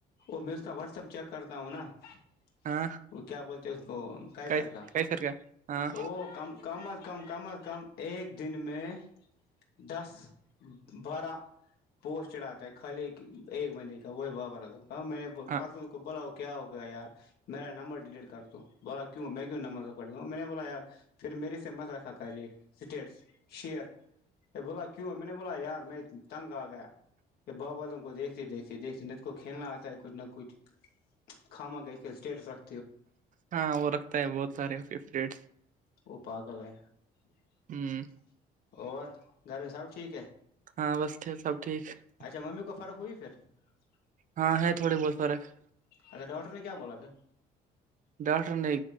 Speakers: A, on the left; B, on the right.
A: وہ میں اس کا واٹسپ چیک کرتا ہوں نا <unintelligible>
B: ہاں
A: وہ کیا بولتے اس کو کا
B: کئی
A: سر کا
B: سر ہاں
A: ا کم کم از کم کم از کم <unintelligible> ایک دن میں دس بارہ پوسٹ چڑھاتا خالی ایک منےے <unintelligible> وہی بابا کہ میں نے
B: ہاں
A: پرسوں کو بولا وہ کیا ہوگا <unintelligible> گیا یار میرا نمبر ڈیلیٹ کر دو بولا کیوں میں کیوں نمبر رکڑی ہوں میں نے بولا یار پھر میرے سے <unintelligible> سے مت رکھا کر یہ سٹیٹس شئیر <unintelligible> ا بولا کیوں ہے میں نے بولا یار میں تنگ آ گیا یہ بابا تم کو دیکھتے دیکھتے <unintelligible> دھ نچ کو کھیلنا آتا ہے کچھ نہ کچھ کاما کہ اس کے اسٹیٹ سر <unintelligible>
B: ہاں وہ رکھتا ہے بہت سارے فٹس <unintelligible>
A: او پک لے <unintelligible>
B: ہ
A: اور گھر میں سب <unintelligible> ٹھیک ہے
B: ہاں بسٹے سب ٹھیک <unintelligible>
A: اچھا ممی کو فرق ہوئی پھر <unintelligible>
B: ہاں ہے تھوڑی بہت فرق <unintelligible>
A: اچھا ڈاکٹر نے کیا بولا پھر <unintelligible>
B: ڈاکٹر نے